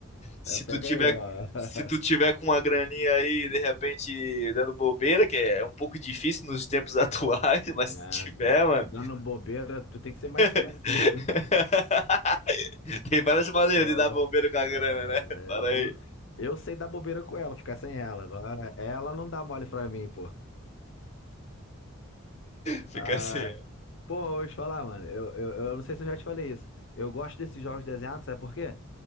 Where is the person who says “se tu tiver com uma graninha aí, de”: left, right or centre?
Left